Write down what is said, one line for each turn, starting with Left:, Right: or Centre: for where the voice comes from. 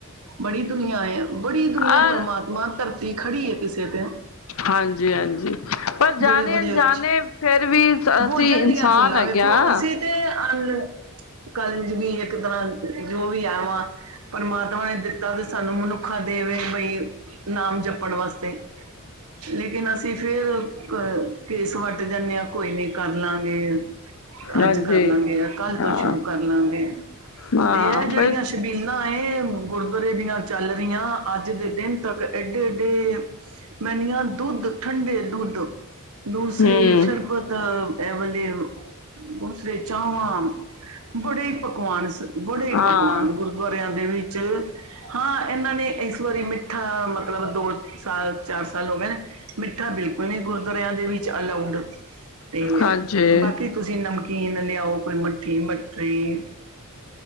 Right: ਬੜੀ ਦੁਨੀਆਂ ਏ ਬੜੀ ਦੁਨੀਆਂ
Left: ਅ
Right: ਪਰਮਾਤਮਾ ਧਰਤੀ ਖੜੀ ਕਿਸੇ ਤੇ
Left: ਹਾਂਜੀ-ਹਾਂਜੀ ਪਰ ਜਾਣੇ
Right: ਬੜੇ ਬੜੇ
Left: ਅਣਜਾਣੇ
Right: ਅੱਛੇ
Left: ਫਿਰ ਵੀ ਅਸੀਂ
Right: ਹੋ ਜਾਂਦੀਆਂ
Left: ਇਨਸਾਨ
Right: ਭੁੱਲਾਂ
Left: ਹੈਗੇ
Right: ਵੇਖੋ
Left: ਆਂ।
Right: ਅਸੀਂ ਤੇ ਅੰਨ ਕਲਯੁਗੀ ਇੱਕ ਤਰ੍ਹਾਂ ਜੋ ਵੀ ਆਂ ਵਾ ਪ੍ਰਮਾਤਮਾ ਨੇ ਦਿੱ ਤਾ ਤੇ ਸਾਨੂੰ ਮਨੁੱਖ ਦੇਹ ਵੇ ਵਈ ਨਾਮ ਜਪਣ ਵਾਸਤੇ ਲੇਕਿਨ ਅਸੀਂ ਫਿਰ ਘ ਘੇਸ ਵੱਟ ਜਾਂਣੇ ਆਂ ਕੋਈ ਨੀ ਕਰ ਲਾਂਗੇ। ਅੱਜ
Left: ਹਾਂਜੀ
Right: ਕਰ ਲਾਂਗੇ, ਆ ਕੱਲ
Left: ਹਾਂ
Right: ਤੋਂ ਸ਼ੁਰੂ ਕਰ ਲਾਂਗੇ।
Left: ਹਾਂ
Right: ਤੇ ਐ ਜੜੀਆਂ
Left: ਬ
Right: ਸ਼ਬੀਲਾਂ ਏ ਗੁਰਦੁਆਰੇ ਦੀਆਂ ਚੱਲ ਰੀਆਂ ਅੱਜ ਦੇ ਦਿਨ ਤਾਂ ਫੇਰ ਏਡੇ-ਏਡੇ ਮੈਂ ਅਨਿਆਂ ਦੁੱਧ, ਠੰਡੇ ਦੁੱਧ ਦੂਸਰੇ
Left: ਹੂੰ
Right: ਸ਼ਰਬਤ ਐ ਵਲੇ, ਦੂਸਰੇ ਚਾਵਾਂ ਬੜੇ ਈ ਪਕਵਾਨ ਸ ਬੜੇ ਈ
Left: ਹਾਂ
Right: ਪਕਵਾਨ ਗੁਰਦੁਆਰਿਆਂ ਦੇ ਵਿੱਚ ਹਾਂ ਐਨਾਂ ਨੇ ਏਸ ਵਾਰੀ ਮਿੱਠਾ ਮਤਲਬ ਦੋ ਸਾਲ, ਚਾਰ ਸਾਲ ਹੋ ਗੇ ਨੇ ਮਿੱਠਾ ਬਿਲਕੁਲ ਨੀ ਗੁਰ ਦਵਾਰੇ ਦੇ ਵਿੱਚ ਅਲਾਊਡ ਤੇ
Left: ਹਾਂਜੀ
Right: ਬਾਕੀ ਤੁਸੀ ਨਮਕੀਨ ਲਿਆਓ ਕੋਈ ਮ ਠੀ, ਮਟਰੀ